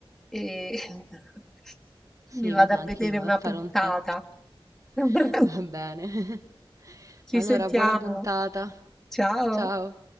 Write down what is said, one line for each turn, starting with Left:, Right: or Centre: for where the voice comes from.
Centre: e <laughs>
Right: sì,
Centre: mi vado
Right: mi sa
Centre: a
Right: anche
Centre: vedere
Right: io, mi
Centre: una
Right: vado a fare
Centre: puntata.
Right: un tè.
Centre: <laughs>
Right: <laughs> Va bene,
Centre: Ci
Right: allora
Centre: sentiamo.
Right: buona puntata,
Centre: Ciao.
Right: ciao.